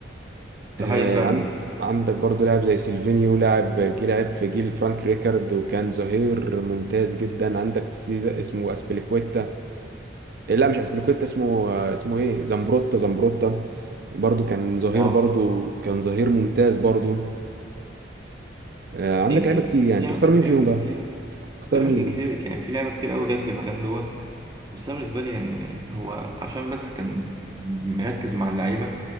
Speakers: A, on the right; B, on the right.
A: ده
B: آه،
A: حقيقي فعلا
B: عن- عندك برضو لاعب زي سيلفينيو لاعب جه لعب في جيل فرانك ريكارد وكان ظهير ممتاز جدا عندك سيزا اسمه اسبليكويتا آه، لا مش اسبليكويتا اسمه آه، اسمه ايه زامبروتا زامبروتا برضو كان ظهير
A: اه
B: برضو كان ظهير ممتاز برضو آه،
A: يعني
B: عندك لعيبه
A: في
B: كتير يعني
A: في
B: تختار
A: اماكن
B: مين
A: كتير
B: فيهم
A: قوي
B: بقى
A: فيها
B: تختار
A: في اماكن
B: مين
A: كتير يعني في لعبه كتير قوي جت في المكان دوت بس انا بالنسبه لي يعني هو عشان بس كان مركز مع اللعيبه